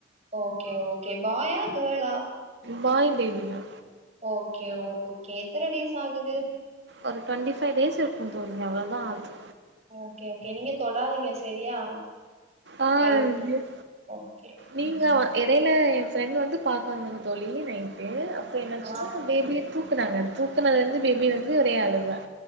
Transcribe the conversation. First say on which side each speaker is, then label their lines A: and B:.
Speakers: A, on the right; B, on the right.
A: ஓகே ஓகே பாயா கேளா
B: பாய் பேபிதா
A: ஓகே ஓ கே எத்தன டேஸ் ஆகுது
B: ஒரு டுவெண்டி ஃபைவ் டேஸ் இருக்கும் தோழி அவ்ளவுதா ஆகுது
A: ஓகே ஓகே நீங்க தொடாதீங்க சரியா
B: ஆஹ்
A: அழு ஓகே
B: நீங்க
A: ம்
B: வ எடைல ஃப்ரெண்ட் வந்து பாக்க வந்தாங்க தொழி நைட்டு அப் ப்போ என்னாச்சுன்னா
A: ஆ
B: பேபிய தூக்குனாங்க தூக்குனதுலருந்து பேபி வந்து ஒரே அலுவ